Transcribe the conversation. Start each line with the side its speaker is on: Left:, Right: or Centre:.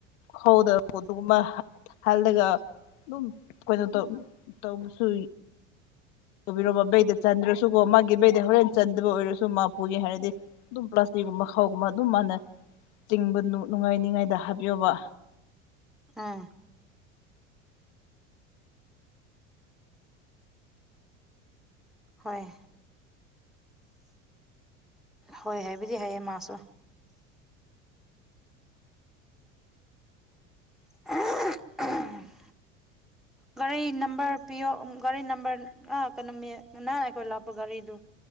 Left: ꯍꯧꯗꯕ ꯄꯣꯠꯇꯨꯕꯨ ꯃꯥ ꯍꯠ ꯍꯜꯂꯒ ꯑꯗꯨꯝ ꯀꯩꯅꯣ ꯇꯧ ꯇꯧꯕꯁꯨꯏ ꯇꯧꯕꯤꯔꯣꯕ ꯕꯩꯗ ꯆꯟꯗ꯭ꯔꯁꯨꯀꯣ ꯃꯥꯒꯤ ꯕꯩꯗ ꯍꯣꯔꯦꯟ ꯆꯟꯗꯕ ꯑꯣꯏꯔꯁꯨ ꯃꯥ ꯄꯨꯒꯦ ꯍꯥꯏꯔꯗꯤ ꯑꯗꯨꯝ ꯄ꯭ꯂꯥꯁꯇꯤꯒꯨꯝꯕ ꯈꯥꯎꯒꯨꯝꯕ ꯑꯗꯨꯝ ꯃꯥꯅ ꯆꯤꯡꯕ ꯅꯨꯡ ꯅꯨꯡꯉꯥꯏꯅꯤꯉꯥꯏꯗ ꯍꯥꯞꯄꯤꯌꯣꯕ
Centre: ꯑꯥ ꯍꯣꯏ ꯍꯣꯏ ꯍꯥꯏꯕꯨꯗꯤ ꯍꯥꯏꯌꯦ ꯃꯥꯁꯨ <unintelligible> ꯒꯥꯔꯤ ꯅꯝꯕꯔ ꯄꯤꯌꯣ ꯒꯥꯔꯤ ꯅꯝꯕꯔ ꯑꯥ ꯀꯩꯅꯣꯃꯦ ꯅꯪ ꯑꯩꯈꯣꯏ ꯂꯥꯛꯄ ꯒꯥꯔꯤꯗꯣ